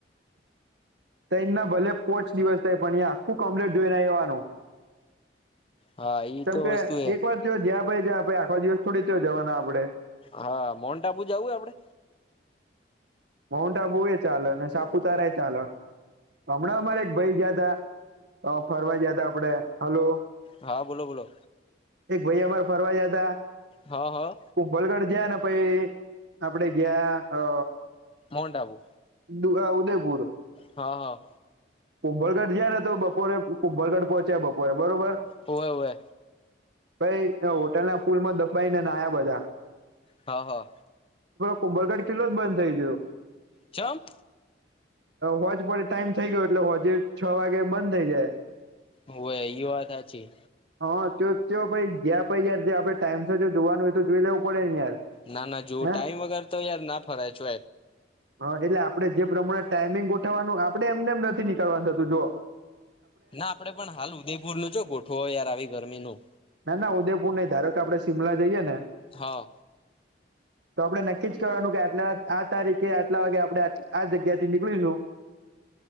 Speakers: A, on the right; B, on the left.
A: <inaudible> તૈ ના ભલે પોચ દિવસ થાય પણ યાં ખું કમ્પ્લેટ જોઈને એવાનું
B: હા ઈ
A: કેમ
B: તો
A: કે
B: વસ્તુ એ
A: એક વાર તો જયા ભાઈ જ્યા ભાઈ આખો દિવસ થોડી ત જવાના આપડે
B: હા મોનન્ટાબુ જાવું આપડે
A: માઉન્ટ આબુ એ ચાલ અને સાપુતારા એ ચાલ હમણાં અમારે એક ભાઈ ગયા તા હ ફરવાઈ જયા તા આપડે હલો
B: હા બોલો બોલો
A: એક ભાઈ અમાર ફરવા જયાતા
B: હા હા
A: હું વલગઢ જયા ને પાઈ આપડે ગયા અ
B: માઉન્ટ આબુ
A: દુગા ઉદયપુર
B: હા હા
A: કુંભરગઢ જયા ને તો બપોરે કુંભરગઢ પહોંચ્યા બપોરે બરોબર
B: હોવે હોવે
A: ભાઈ હોટલ ના ફૂલમાં દબાઈને નાયા બધા
B: હા હા
A: કુંભરગઢ કિલ્લો જ બંધ થઈ ગયો
B: ચમ
A: હોજ પડે ટાઈમ થઇ ગયો એટલે હોજ છ વાગે બંધ થઇ જાય
B: હોવે એ વાત સાાચી
A: હા તો ચ ભાઈ ગયાં પાઈ યાર આપણે ટાઈમ જોવાનું હોય તો જોઈ લેવું પડે ને યાર
B: ના ના જોવ
A: હે
B: ટાઈમ વગર તો યાર ના ફરાય છે
A: હા એટલે આપડણે જે પ્રમાણે ટાઈમિંગ ગોઠવવાનું આપડે એમનેમ નથી નીકળવાનું થતું જોઓ
B: ના આપડે પણ હાલ ઉદયપુર નું છો ગોઠવો યાર આવી ગરમીનું
A: ના ના ઉદેપુર નઈ ધારો આપડે સિમલા જઈએ ને
B: હા
A: તો આપડે નક્કી જ કરવાનું કે આટલા આ તારીખ કે આટલા વાગે આપડે આ જગ્યા થી નીકળીશું